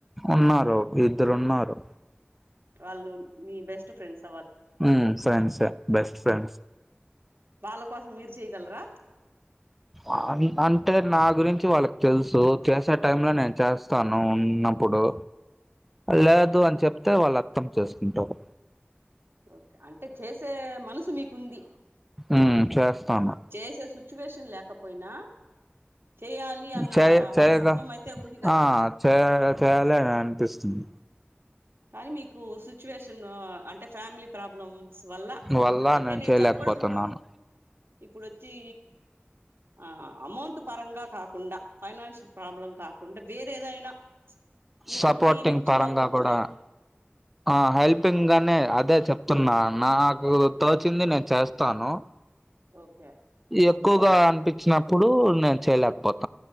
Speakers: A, in the centre; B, on the right.
A: ఉన్నారు, ఇద్దరున్నారు.
B: వాళ్ళు, మీ బెస్ట్ ఫ్రెండ్స్.
A: ఉమ్ ఫ్రెండ్సే, బెస్ట్ ఫ్రెండ్స్.
B: వాళ్ళ కోసం, మీర్ చేయ్గలరా.
A: ఆ నీ అంటే నా గురించి వాళ్ళకి తెల్సు, చేసే టైం లో నేన్ చేస్తాను, ఉన్నప్పుడ్ డు. లేదు అని చెప్తే వాళ్ళు అత్తం చేసుకుంటారు.
B: ఓకే. అంటే చేసే మనసు మీక్ ఉంది.
A: ఉమ్ చేస్తాను
B: చేసే సిచ్యువేషన్ లేకపోయినా, చేయ్యలి అన్న,
A: చేయ చేయగా
B: మనసత్వం అయితే ఉంది కదా.
A: ఆ చేయ చేయాలి అని అనిపిస్తుంది
B: కానీ మీకు సిచ్యువేషను అంటే, ఫ్యామిలీ ప్రాబ్లమ్స్ వల్ల,
A: వల్ల
B: అంటే నేను
A: చేయలేకపోతున్నాను
B: చెప్పడము ఇప్పుడ్ చీ, ఆ అమౌంట్ పరంగా కాకుండా, ఫైనాన్షియల్ ప్రాబ్లం కాకుండా వేరేదైనా మీ,
A: సపోర్టింగ్
B: మీ నుంచి
A: పరంగా
B: వాళ్ళు
A: కూడా
B: హెల్ప్
A: ఆ హెల్పింగనే, అదే చెప్తున్నా, నాకు తోచింది నేన్ చేస్తాను.
B: ఓకే.
A: ఎక్కువగా అనిపించినప్పుడు, నేన్ చేయలేకపోత్